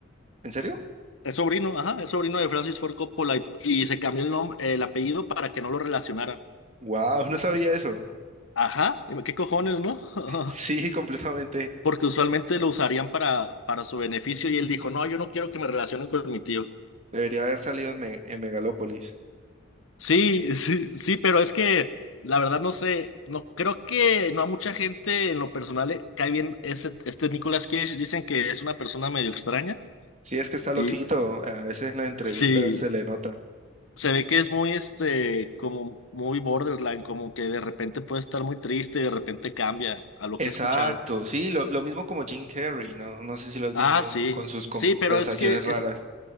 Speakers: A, on the right; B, on the left.
A: ¿En serio?
B: Es sobrino, ajá, es sobrino de Francis Ford Coppola, y, y se cambió el nombre, el apellido para que no lo relacionaran.
A: Wow, <laughs> no sabía eso.
B: Ajá, dime, qué cojones, ¿no? <laughs>
A: Sí, completamente.
B: Porque usualmente lo usarían para, para su beneficio, y él dijo, no, yo no quiero que me relacionen con mi tío.
A: Debería haber salido en, Me- en Megalópolis.
B: Sí, sí, sí, pero es que la verdad no sé, no creo que no a mucha gente en lo personal le cae bien ese, este Nicolas Cage, dicen que es una persona medio extraña
A: Sí, es que está
B: y
A: loquito. A veces en las entrevistas
B: sí,
A: se le nota.
B: se ve que es muy este como muy borderline, como que de repente puede estar muy triste y de repente cambia a lo
A: Exacto,
B: que he escuchado.
A: sí, lo, lo mismo como Jim Carrey, ¿no? No sé si lo has
B: Ah,
A: visto
B: sí.
A: con sus conversaciones
B: Sí, pero es que
A: raras.
B: es